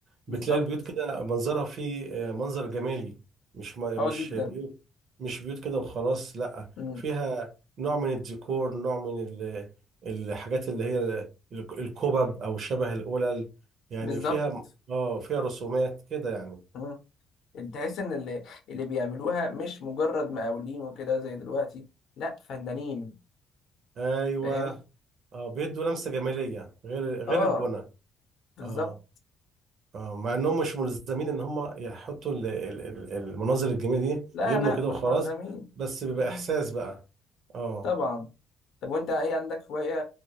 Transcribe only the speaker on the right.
بتلاقي البيوت كده منظرها فيه آه، منظر جمالي مش ما-
مش
بيوت مش بيوت كده وخلاص لا
فيها نوع من الديكور نوع من ال- الحاجات اللي هي ال- الكوبب او شبه القلل يعني
فيها اه فيها رسومات كده يعني
ايوه
اه بيدوا لمسة جمالية غير غير
البنى
اه آه، مع انهم مش ملزمين ان هم يحطوا ال- ال- ال- المناظر الجميله دي
يبنوا
كده
وخلاص
بس بيبقى
احساس بقى اه